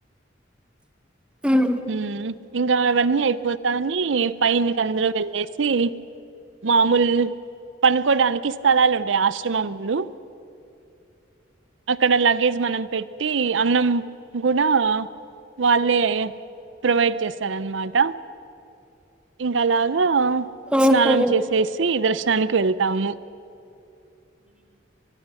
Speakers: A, in the centre; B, on the right.
A: ఉమ్.
B: మ్మ్ ఇంగ అవన్నీ అయిపోతాని పైనికి అందురు వెళ్ళేసి మాముల్ పనుకోడానికి స్థలాలుంటాయి ఆశ్రమంలు అక్కడ లగేజ్ మనం పెట్టి అన్నం గుడా వాళ్ళే ప్రొవైడ్ చేస్తారన్మాట ఇంగలాగా అ
A: ఓహో
B: స్నానం
A: ఎలా
B: చేసేసి దర్శ్ దానికి వెళ్తాము.